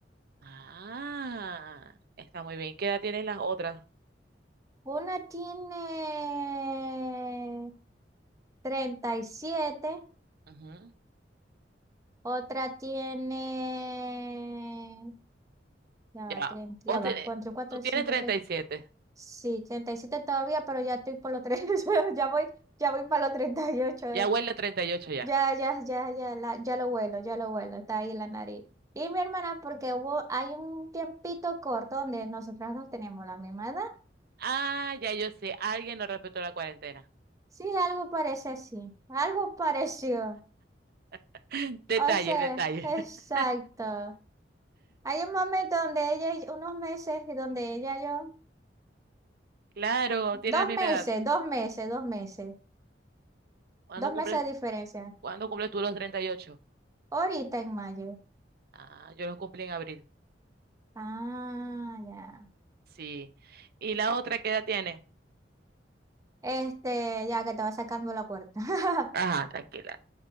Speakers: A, on the right; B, on the right.
A: Ah, está muy bien. ¿Qué edad tienen las otras?
B: Una tiene 37,
A: Ujú.
B: otra tiene... Ya
A: Ya,
B: va, treinta,
A: vos
B: ya va,
A: tenés,
B: cuatro, cuatro,
A: tú tienes
B: cinco,
A: treinta
B: seis.
A: y siete.
B: Sí, 37 todavía, pero ya estoy por los 30, <laughs> ya voy, ya voy para los 38. eh.
A: ya huele a 38 ya.
B: Ya, ya, ya, ya, la- ya lo vuelo, ya lo vuelo, está ahí en la nariz. Y mi hermana, porque hubo, hay un tiempito corto donde nosotras no tenemos la misma edad.
A: Ah, ya yo sé, alguien no respetó la cuarentena.
B: Sí, algo parece así, algo pareció.
A: <laughs> Detalles,
B: O sea,
A: detalles.
B: <laughs> exacto.
A: <laughs>
B: Hay un momento donde ella, y- unos meses, y donde ella y yo,
A: Claro, tiene
B: dos
A: la misma
B: meses,
A: edad.
B: dos meses, dos meses,
A: ¿Cuándo
B: dos
A: cumples,
B: meses de diferencia.
A: cuándo cumples tú los 38?
B: Ahorita en mayo.
A: Ah, yo los cumplí en abril.
B: Ah, ya.
A: Sí. ¿Y la otra qué edad tiene?
B: Este, ya que te va sacando la cuarta. <laughs>
A: Ajá, tranquila.